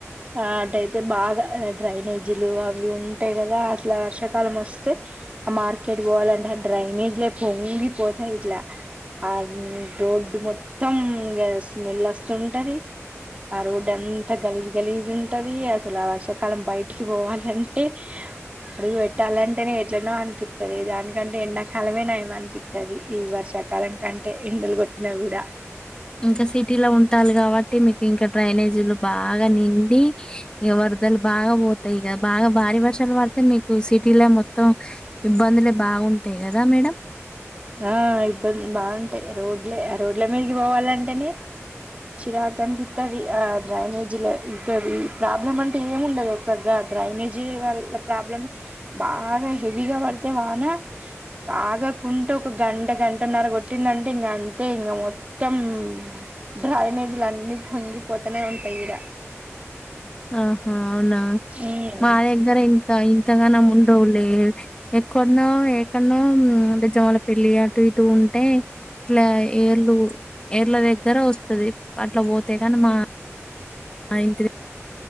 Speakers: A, on the right (about 30°); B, on the left (about 20°).
A: ఆ అటు అయితే బాగా డ్రైనేజీలు అవి ఉంటాయి కదా అసలు ఆ వర్షాకాలం వస్ తే ఆ మార్కెట్ పోవాలంటే ఆ డ్రైనేజ్ లే పొంగిపోతాయి ఇట్లా ఆ రోడ్డు మొత్తం ఇంగ స్మెల్ వస్తుంటది ఆ రోడ్డు అంతా గలీజు గలీజు ఉంటది అసలు ఆ వర్షాకాలం బయటికి పోవాలంటే అడుగు పెట్టాలంటే టెనే ఎట్లనో అనిపిత్తది దానికంటే ఎండాకాలమే నయం అనిపిత్తది ఈ వర్షాకాలం కంటే ఎండలు కొట్టిన కూడా
B: ఇంకా సిటీలో ఉంటాలు కాబట్టి మీకు ఇంకా డ్రైనేజ్ జీలు బాగా నిండీ ఇగ వరదలు బాగా పోతాయి కదా బాగా భారీ వర్షాలు పడితే మీకు సిటీలో మొత్తం ఇబ్బందులే బాగుంటాయి కదా మేడం
A: ఆ ఇబ్బంది బాగుంటాయి రోడ్లే ఆ రోడ్ల మీదకి పోవాలంటేనే చిరాకు అనిపిస్తది ఆ డ్రైనేజీల ఇంకా ప్రాబ్లం అంటే ఏముండదు ఒక గా డ్రైనేజీ వాళ్ల ప్రాబ్లం బాగా హెవీగా పడితే వాన బాగా కుంటూ ఒక గంట గంటన్నర కొట్టిందంటే ఇగ అంతే ఇగ మొత్తం డ్రైనేజ్లు అన్ని పొంగిపోతనే ఉంటాయి ఇగ
B: ఆహా అవునా
A: ఉమ్
B: మా దగ్గర ఇంత ఇంతగానమ్ ఉండవు. ఏ ఎక్కన్నో ఎక్కనో అంటే జమల పెళ్లి అటు ఇటు ఉంటే ఇట్లా ఏర్లు ఏర్ల దగ్గర వస్తది అట్లా పోతే కాని మా మా ఇంటి